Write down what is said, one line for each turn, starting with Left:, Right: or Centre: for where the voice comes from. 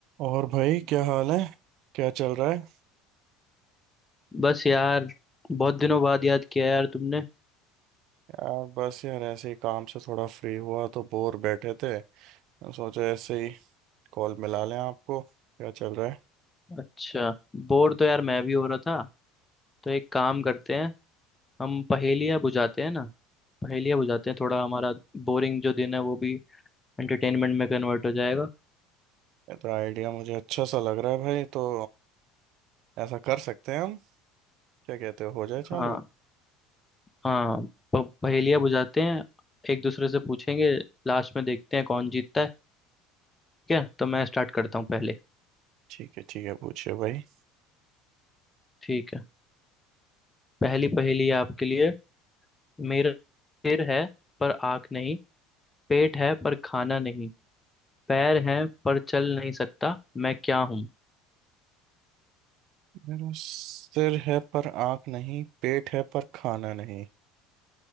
Right: और भाई क्या हाल है क्या चल रहा है
Left: बस यार बहुत दिनों बाद याद किया यार तुमने
Right: यार बस यार ऐसे ही काम से थोड़ा फ्री हुआ तो बोर बैठे थे तो सोचा ऐसे ही कॉल मिला लें आपको क्या चल रहा है
Left: अच्छा बोर तो यार मैं भी हो रहा था तो एक काम करते हैं हम पहेलियाँ बुझाते हैं ना पहेलियाँ बुझाते हैं थोड़ा हमारा बोरिंग जो दिन है वो भी एंटरटेनमेंट में कन्वर्ट हो जाएगा
Right: ये तो आइडिया मुझे अच्छा सा लग रहा है भाई तो ऐसा कर सकते हैं हम क्या कहते हो हो जाए चालू
Left: हाँ हाँ प- पहेलियाँ बुझाते हैं एक दूसरे से पूछेंगे लास्ट में देखते हैं कौन जीतता है ठीक है तो मैं स्टार्ट करता हूँ पहले
Right: ठीक है ठीक है पूछिए भाई
Left: ठीक है पहली पहेली है आपके लिए मेरा सिर है पर आँख नहीं पेट है पर खाना नहीं पैर हैं पर चल नहीं सकता मैं क्या हूँ
Right: मेरा सिर है पर आंख नहीं पेट है पर खाना नहीं